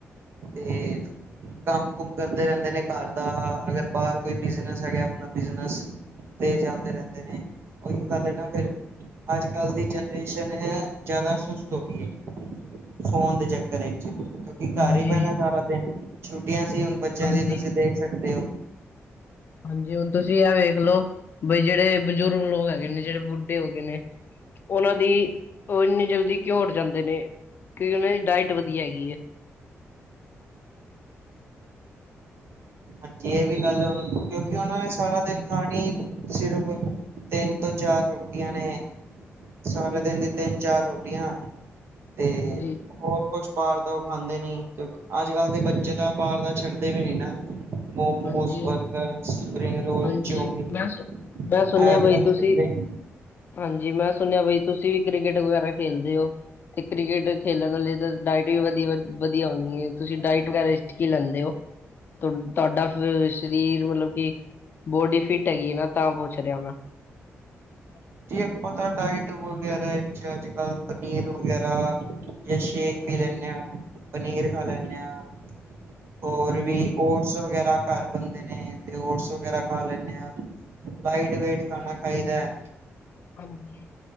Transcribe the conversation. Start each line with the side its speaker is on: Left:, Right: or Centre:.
Right: ਤੇ ਕੰਮ- ਕੁਮ ਕਰਦੇ ਰਹਿੰਦੇ ਨੇ ਘਰ ਦਾ ਅਗਰ ਬਾਹਰ ਕੋਈ ਬਿਜਨਸ ਹੈਗਾ ਆਪਣਾ ਬਿਜਨਸ- ਤੇ ਜਾਂਦੇ ਰਹਿੰਦੇ ਨੇ, ਉਹੀਉ ਗੱਲ ਐ ਨਾ ਫੇਰ। ਅੱਜ ਕੱਲ ਦੀ ਜਨਰੇਸ਼ਨ ਹੈ, ਜ਼ਿਆਦਾ ਸੁਸਤ ਹੋ ਗਈ ਹੈ। ਫੋਨ ਦੇ ਚੱਕਰ ਇਚ ਹੈ।
Left: ਹਾਂਜੀ
Right: ਘਰ ਹੀ ਪੈਣਾ ਸਾਰਾ ਦਿਨ ਛੁੱਟੀਆਂ ਸੀ, ਹੁਣ ਬੱਚਿਆਂ
Left: ਹਾਂਜੀ
Right: ਦੀ ਤੁਸੀਂ ਦੇਖ ਸਕਦੇ ਹੋ।
Left: ਹਾਂਜੀ, ਹੁਣ ਤੁਸੀਂ ਆ ਵੇਖ ਲੋ, ਬਈ ਜਿਹੜੇ ਬਜ਼ੁਰਗ ਲੋਕ ਹੈਗੇ ਨੇ, ਜਿਹੜੇ ਬੁੱਢੇ ਹੋ ਗਏ ਨੇ। ਉਹਨਾਂ ਦੀ ਉਹ ਇੰਨੀ ਜਲਦੀ ਕਿਉਂ ਉਠ ਜਾਂਦੇ ਨੇ, ਕਿਉਂਕਿ ਉਹਨਾਂ ਦੀ ਡਾਇਟ ਵਧੀਆ ਹੈਗੀ ਹੈ।
Right: ਹਾਂਜੀ ਇਹ ਵੀ ਗੱਲ, ਕਿਉਂਕਿ ਉਹਨਾਂ ਨੇ ਸਾਰਾ ਦਿਨ ਖਾਣੀ ਸਿਰਫ ਤਿੰਨ ਤੋਂ ਚਾਰ ਰੋਟੀਆਂ ਨੇ, ਸਾਰੇ ਦਿਨ ਦੀ ਤਿੰਨ ਚਾਰ ਰੋਟੀਆਂ, ਤੇ
Left: ਹਾਂਜੀ
Right: ਹੋਰ ਕੁਛ ਬਾਹਰ ਦਾ ਉਹ ਖਾਂਦੇ ਨੀ, ਕਿਉਂ ਅੱਜ ਕੱਲ ਦੇ ਬੱਚੇ ਤਾਂ ਬਾਹਰ ਦਾ ਛੱਡਦੇ ਵੀ ਨੀ ਨਾ। ਮੋਮੋਸ
Left: ਹਾਂਜੀ,
Right: ਬਰਗਰ ਸਪਰਿੰਗ ਰੋਲ
Left: ਹਾਂਜੀ
Right: ਚੌਮਿਨ
Left: ਮੈਂ ਸੁ ਮੈਂ
Right: ਇਹ
Left: ਸੁਣਿਆ
Right: ਅੱਜ
Left: ਬਈ
Right: ਕੱਲ
Left: ਤੁਸੀਂ
Right: ਛੱਡਦੇ ਨੀ
Left: ਹਾਂਜੀ, ਮੈਂ ਸੁਣਿਆ ਬਈ ਤੁਸੀਂ ਵੀ ਕ੍ਰਿਕਟ ਵਗੈਰਾ ਖੇਲਦੇ ਹੋ, ਤੇ ਕ੍ਰਿਕਟ ਖੇਲਣ ਵਾਲੇ ਦਾ ਡਾਇਟ ਵੀ ਵਧੀਆ- ਵਧੀਆ ਹੋਦੀ ਹੈ। ਤੁਸੀਂ ਡਾਇਟ ਵਗੈਰਾ ਵਿਚ ਕੀ ਲੈਂਦੇ ਹੋ? ਤੁ ਤੁਹਾਡਾ ਫੇਰ ਸਰੀਰ ਵਲੋਂ ਕਿ ਬੋਡੀ ਫਿੱਟ ਹੈਗੀ ਹੈ ਨਾ ਤਾਂ ਪੁੱਛ ਰਿਹਾ ਮੈਂ। <inaudible>
Right: ਜੇ ਆਪਾਂ ਤਾ ਡਾਇਟ ਵਗੈਰਾ, ਅੱਜ ਕੱਲ ਪਨੀਰ ਵਗੈਰਾ ਜਾਂ ਸ਼- ਸੇ਼ਕ
Left: ਹਾਂਜੀ
Right: ਪੀ ਲੈਨੇ ਹਾਂ, ਪਨੀਰ ਖਾ ਲੈਂਨੇ ਹਾਂ, ਹੋਰ
Left: ਹਾਂਜੀ
Right: ਵੀ ਔ- ਟਸ ਵਗੈਰਾ ਘਰ ਬਣਦੇ ਨੇ ਤੇ ਓਟਸ ਵਗੈਰਾ ਖਾ ਲੈਂਨੇ ਆ ਲਾਈਟ ਵੇਟ ਖਾਣਾ। ਫਾਇਦਾ ਐ।
Left: ਹਾਂਜੀ।